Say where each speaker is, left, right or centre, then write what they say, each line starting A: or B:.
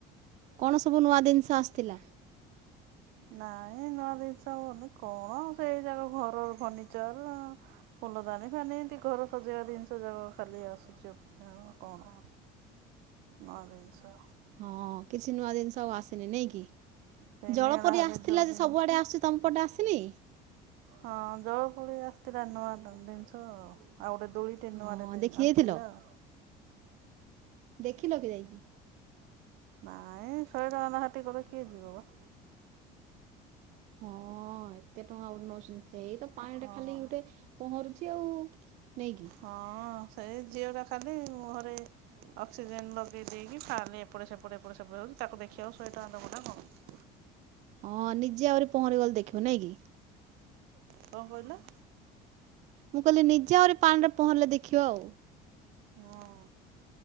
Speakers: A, on the right (about 45°); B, on the right (about 70°).
A: କଣ ସବୁ ନୂଆ ଜିନିଷ ଆସିଥିଲା?
B: ନାଇଁ, ନୂଆ ଜିନିଷ ଆଉ କଣ, ସେଇ ଯାକ ଘରର ଫର୍ଣିିଚର ଫୁଲଦାନୀ-ଫାନୀ, ଏମିତି ଘର ସଜେଇବା ଜିନିଷଜାକ ଖାଲି ଆସୁଛି ଆଉ।
A: <inaudible>
B: କଣ। ନୂଆ ଜିନିଷ।
A: ହଁ, କିଛି ନୂଆ ଜିନିଷ ଆଉ ଆସିନି, ନାଇଁ କି?
B: ସେଇ
A: ଜଳ
B: ମେଳା
A: ପରି
B: ହେଲେ
A: ଆସିଥିଲା
B: ଯୋଉ
A: ଯେ,
B: ଜିନିଷ
A: ସବୁଆଡ଼େ ଆସୁଛି, ତମପଟେ ଆସିନି?
B: ହଁ, ଜଳ ପଳେଇ ଆସିଥିଲା, ନୂଆ ନୂଆ ଜିନିଷ ଆଉ। ଆଉ ଗୋଟେ ଦୋଳିଟେ
A: ହଁ
B: ନୂଆଟେ ଧରି
A: ଦେଖି
B: ଆସୁଥିଲା
A: ଯାଇଥିଲ
B: ଆଉ।
A: ଦେଖିଲ କି ଯାଇକି?
B: ନାଇଁ, ଶହେ ଟଙ୍କା ନଖା ଟିକଟ କିଏ ଯିବ ବା?
A: ହଁ-ଅ-ଅ, ଏତେ ଟଙ୍କା ଉଠ ନଉ ଏଇ ତ ପାଣିଟା
B: ହଁ
A: ଖାଲି ଗୋଟେ ପହଁରୁଛି ଆଉ-ଉ ନାଇଁ କି?
B: ହଁ-ଅ, ସେ ଝିଅଟା ଖାଲି ଘରେ ଅକ୍ସିଜେନ ଲଗେଇ ଦେଇକି ଖାଲି ଏପଟେ ସେପଟେ, ଏପଟେ ସେପଟେ ହଉଛି, ତାକୁ ଦେଖିଆକୁ ଶହେଟଙ୍କା ଦବୁ ନା କଣ?
A: ହଁ ନିଜେ ଆହୁରି ପହଁରି ଗଲେ ଦେଖିବ ନାଇଁ କି?
B: କଣ କହିଲ?
A: ମୁଁ କହିଲି ନିଜେ ଆହୁରି ପାଣିରେ ପହଁରିଲେ ଦେଖିବ ଆଉ।
B: ହଁ